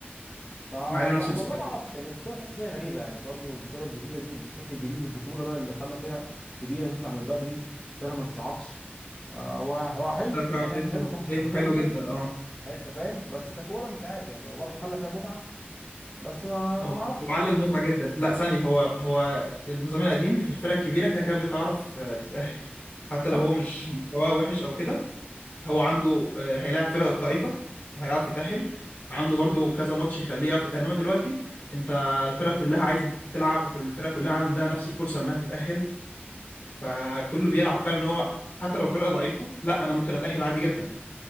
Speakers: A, on the left (about 20°); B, on the left (about 40°).
A: ف
B: مع إنه نفس السكواد
A: والله ما اعرفش يعني البطوله تحس ان هي غريبه يعني برضو البطوله الجديده دي الشكل الجديد للبطوله ده اللي خلى فرق كبيره تطلع من بدري فرق ما تصعدش آه، هو هو حلو
B: بصراحة
A: يعني
B: شايفه
A: احنا حلو كمشاهدين
B: شايفه حلو
A: لينا
B: جدا اه
A: هل انت فاهم بس ككوره مش عارف يعني هو برضو خلى فيها متعه بس ما
B: هو هو
A: ما اعرفش
B: على المتعة جدا لا ثانية هو هو النظام القديم كانت الفرق الكبيرة كده كده بتعرف آه، تتأهل حتى
A: صح
B: لو هو مش مستواه وحش أو كده هو عنده آه، هيلاعب فرق ضعيفة فهيعرف يتأهل عنده برضو كذا ماتش يخليه يعرف يتأهل انما دلوقتي انت الفرق كلها عايزة تلعب وكل الفرق كلها عندها نفس الفرصة انها تتأهل فكله بيلعب فعلا إن هو حتى لو فرقة ضعيفة لا انا ممكن اتأهل عادي جدا